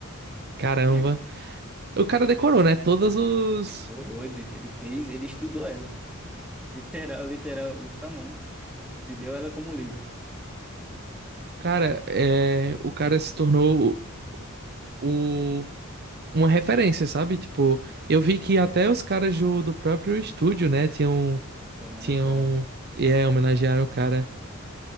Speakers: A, on the right; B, in the centre.
A: caramba.
B: Chega.
A: O cara decorou, né? Todos os.
B: Decorou, ele, ele fez, ele estudou ela. Literal, literal, literal não, né? Ele leu ela como um livro.
A: Cara, é, o cara se tornou o, uma referência, sabe? Tipo, eu vi que até os caras do, do próprio estúdio, né? Tinham.
B: Que é homenageado.
A: tinham e é, homenagearam o cara.